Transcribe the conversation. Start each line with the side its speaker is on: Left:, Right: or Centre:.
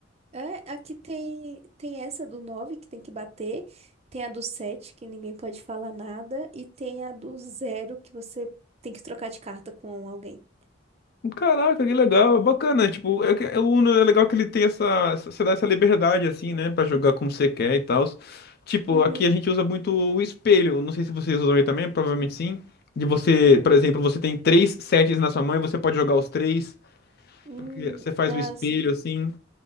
Right: É, aqui tem, tem essa do 9 que tem que bater, tem a do 7 que ninguém pode falar nada, e tem a do zero que você tem que trocar de carta com alguém.
Left: Caraca, que legal, bacana. Tipo, é, que- é, o Uno é legal que ele tem essa, essa- você dá essa liberdade assim, né, Pra jogar como você quer e tal. Tipo,
Right: Uhum.
Left: aqui a gente usa muito o espelho. Não sei se vocês usam aí também, provavelmente sim. De você,
Right: Hum,
Left: por exemplo, você tem três sets na sua mão e você pode jogar os três.
Right: hum,
Left: porque Você faz
Right: ah,
Left: o espelho
Right: sim.
Left: assim.